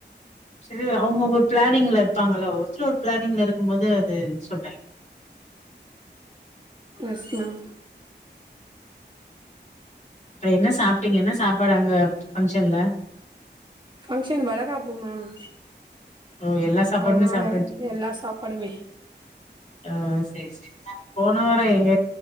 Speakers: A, on the left; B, on the right.
A: சரி அவுங்கவுங்க ஒரு பிளானிங்ல இருப்பாங்கள ஒருத்தர் ஒரு பிளானிங்ல இருக்கும் போது அது சொல்டாய்ங்
B: எஸ் மேம்
A: அப்ப என்ன சாப்ட்டீங்க என்ன சாப்பாடு அங்க ஃபங்க்ஷன்ல
B: ஃபங்க்ஷன் வளகாப்பு மேம்
A: ஓ எல்லா சாப்பாடுமே
B: அதனால
A: சாப்டு
B: எல்லா சாப்பாடுமே
A: ஆ செரி செரி போன வாரம் எங்க